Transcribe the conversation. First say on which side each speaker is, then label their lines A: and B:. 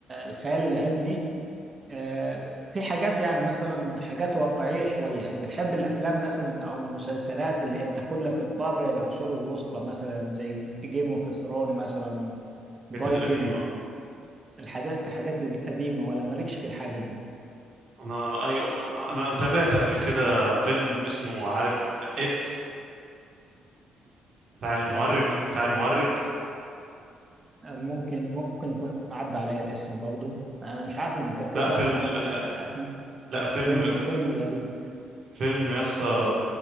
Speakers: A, on the right; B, on the right.
A: الخيال العلمي آه في حاجات يعني مثلا حاجات واقعية شوية بتحب الافلام مثلا او المسلسلات اللي هي بتاخد لك الطابع العصور الوسطى مثلا زي جيم اوف ثرون مثلا
B: كانت
A: فايكنج
B: القديمة اه
A: الحاجات الحاجات القديمة ولا مالكش في الحاجة دي
B: انا ايوه انا تابعت قبل كده فيلم اسمه عارف ات بتاع المهرج
A: آه،
B: بتاع المهرج
A: ممكن ممكن يكون عدى عليا الاسم برضو انا مش عارف ان انت بتسمع
B: لا فيلم
A: اسماء
B: لا
A: غ-
B: لا
A: أف- أف-
B: لا فيلم
A: فيلم
B: ف-
A: فيلم غريب
B: فيلم يا اسطى
A: شويه